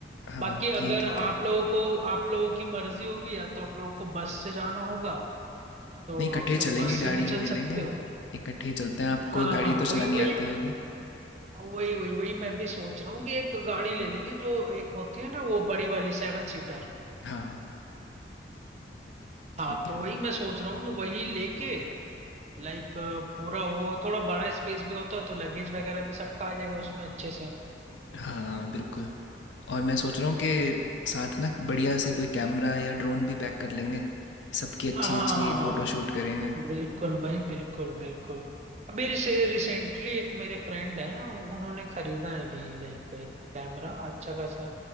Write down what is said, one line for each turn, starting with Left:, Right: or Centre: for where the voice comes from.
Left: हाँ
Right: बाकी
Left: ये
Right: अगर
Left: ठीक
Right: आप
Left: है
Right: लोगों को आप लोगों की मर्जी होगी या तो आप लोगों को बस से जाना होगा तो
Left: नहीं इकट्ठे
Right: आप
Left: ही
Right: लोग
Left: चलेंगे
Right: बस से
Left: गाड़ी
Right: भी चल
Left: ले
Right: सकते
Left: लेंगे
Right: हो
Left: इकट्ठे ही चलते हैं आपको
Right: हाँ
Left: गाड़ी
Right: हाँ
Left: तो
Right: वही
Left: चलानी
Right: वही
Left: आती होगी
Right: वही वही वही मैं भी सोच रहा हूँ कि एक गाड़ी ले लेंगे जो एक होती है ना वो बड़ी वाली सेवन सीटर
Left: हाँ ठीक
Right: हाँ
Left: है
Right: तो वही मैं सोच रहा हूँ कि वही लेके लाइक पूरा वो थोड़ा बड़ा स्पेस भी होता तो लगेज वगैरह भी सबका आ जाएगा उसमें अच्छे से
Left: हाँ बिल्कुल और मैं सोच रहा हूँ कि साथ ना बढ़िया से कोई कैमरा या ड्रोन भी पैक कर लेंगे सबकी अच्छी
Right: हाँ हाँ
Left: अच्छी
Right: हाँ
Left: फोटो
Right: हाँ
Left: शूट करेंगे
Right: बिल्कुल भाई बिल्कुल बिल्कुल अभी रिसे, रिसेंटली एक मेरे फ्रेंड हैं उन्होंने खरीदा है अभी लाइक एक कैमरा अच्छा खासा